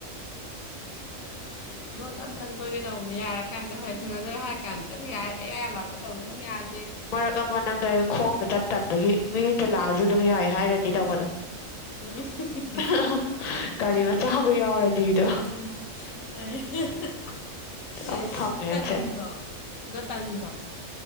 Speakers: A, on the left (about 50°); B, on the left (about 85°).
A: <inaudible>
B: <inaudible> ꯂꯣꯟꯗ ꯑꯝꯇꯪ ꯀꯣꯏꯒꯦ ꯇꯧꯅꯤ ꯌꯥꯔ ꯀꯥꯟꯗ ꯍꯣꯏ ꯊꯨꯡꯅꯗꯣꯔꯦ ꯍꯥꯏ ꯀꯥꯟꯗ <unintelligible> ꯑꯦ ꯌꯥ ꯌꯥ ꯂꯥꯎꯔꯒ ꯇꯧꯅꯤ ꯎꯪ ꯌꯥꯗꯦ
A: ꯃꯔꯛ ꯑꯃ ꯅꯪꯒ ꯑꯩꯒ ꯈꯣꯡꯅ ꯆꯠ ꯇꯟꯕꯒꯤ ꯃꯤ ꯑꯇ ꯂꯥꯛꯑꯖꯨ ꯑꯗꯨꯝ ꯌꯥꯏ ꯍꯥꯏꯔꯅꯤ ꯇꯧꯕꯗꯣ
B: ꯎꯝ <unintelligible>
A: <unintelligible> ꯒꯥꯔꯤ ꯃꯆꯥꯕꯨ ꯌꯥꯎꯔꯗꯤꯗꯣ
B: ꯎꯝ <unintelligible> <unintelligible>
A: ꯑꯃꯨꯛ ꯐꯪꯉꯦ
B: ꯇꯟꯗ꯭ꯔꯣ
A: ꯑꯩꯁꯦ
B: ꯅꯥ ꯇꯟꯗ꯭ꯔꯣ